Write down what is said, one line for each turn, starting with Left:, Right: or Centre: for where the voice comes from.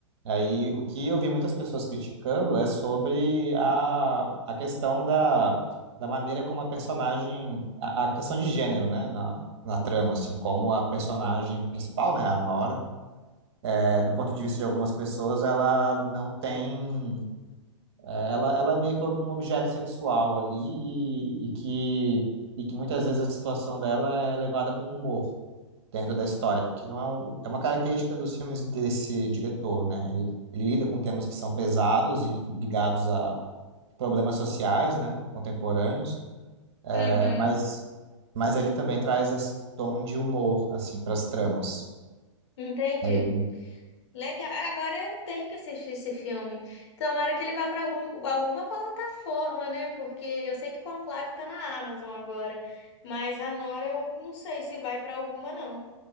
Right: Aí o que eu vi muitas pessoas criticando é sobre a, a questão da, da maneira como a personagem, a, a questão de gênero, né? Na, na trama, assim, como a personagem principal, né, a Nora, é, do ponto de vista de algumas pessoas, ela não tem, é, ela, ela é meio que um objeto sexual ali e, e que, e que muitas vezes a situação dela é levada com humor dentro da história, porque não é, um, é uma característica dos filmes desse diretor, né? Ele, ele lida com temas que são pesados e ligados a problemas sociais, né? Contemporâneos,
Left: Uhum,
Right: é, mas, mas ele também traz esse tom de humor, assim, para as tramas.
Left: entendi.
Right: Aí,
Left: Legal. Agora eu tenho que assistir esse filme. Tomara que ele vá para algum, alguma plataforma, né? Porque eu sei que Conclave tá na Amazon agora, mas a Nora eu não sei se vai para alguma, não.